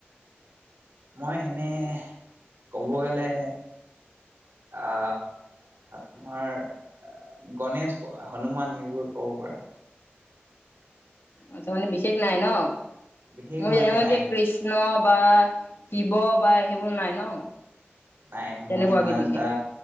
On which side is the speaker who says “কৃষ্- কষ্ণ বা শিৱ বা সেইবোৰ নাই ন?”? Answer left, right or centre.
Left